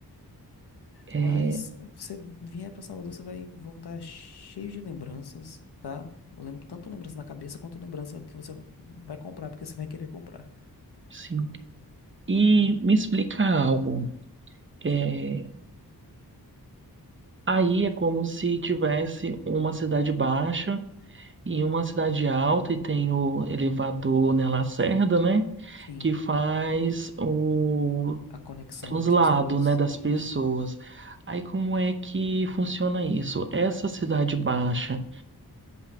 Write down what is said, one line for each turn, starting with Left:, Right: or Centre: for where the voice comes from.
Right: é,
Left: Mas você vier para Salvador, você vai voltar cheio de lembranças, tá? Lem- Tanto lembrança na cabeça quanto lembrança que você vai comprar, porque você vai querer comprar.
Right: sim. E
Left: E,
Right: me explica algo. É, aí é como se tivesse uma cidade baixa e uma cidade alta e tem o elevador na Lacerda, né?
Left: sim,
Right: que faz o
Left: a conexão
Right: translado,
Left: entre as duas.
Right: né, das
Left: Isso.
Right: pessoas. Aí como é que funciona isso? Essa cidade baixa,